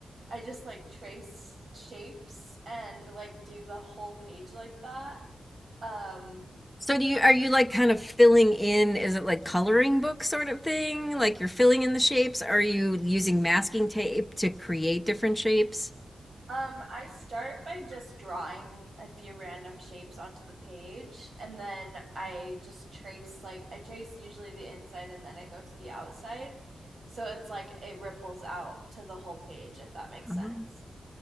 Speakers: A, on the right; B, in the centre.
A: I just like trace shapes and like do the whole page like that. Um,
B: So do you are you like kind of filling in, is it like coloring book sort of thing? Like you're filling in the shapes? Are you using masking tape to create different shapes?
A: um, I start by just drawing a few random shapes onto the page, and then I just trace like I trace usually the inside and then I go to the outside. So it's like it ripples out to the whole page, if that makes
B: Oh.
A: sense.